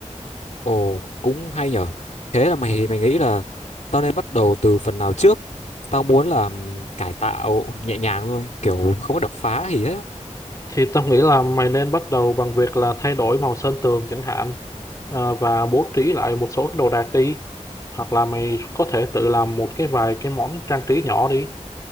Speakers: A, on the left; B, on the left.
A: Ồ cũng hay nhở. Thế là mày mày nghĩ là tao nên bắt đầu từ phần nào trước? Tao muốn là ừm, cải tạo nhẹ nhàng thôi, kiểu không có đập phá gì hết. á.
B: thì tao nghĩ là mày nên bắt đầu bằng việc là thay đổi màu sơn tường chẳng hạn ờ, và bố trí lại một số cái đồ đạc đi hoặc là mày có thể tự làm một cái vài cái món trang trí nhỏ đi